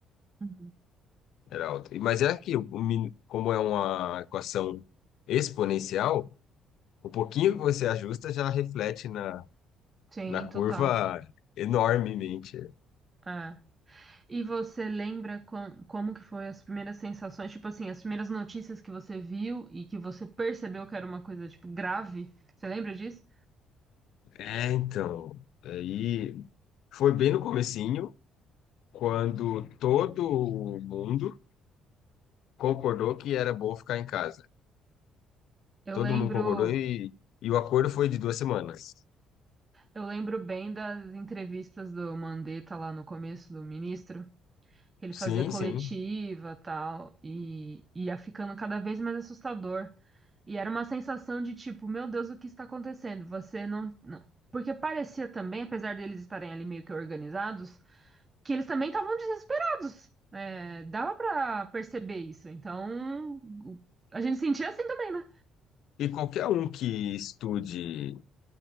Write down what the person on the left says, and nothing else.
Era alta. E- Mas é que, o min- como é uma equação exponencial, o pouquinho que você ajusta já reflete na,
na curva
enormemente.
É, então, aí foi bem no comecinho, quando todo mundo concordou que era bom ficar em casa.
Todo
mundo concordou e, e o acordo foi de duas semanas.
Sim,
sim.
E qualquer um que estude,